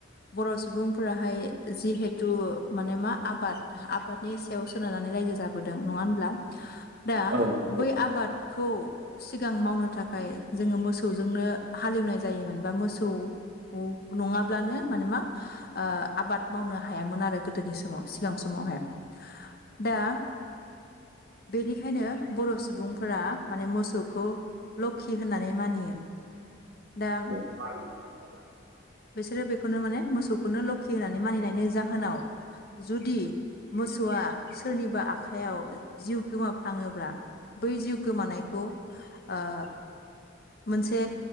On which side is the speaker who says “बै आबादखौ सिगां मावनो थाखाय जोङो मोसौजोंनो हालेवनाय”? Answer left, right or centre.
Left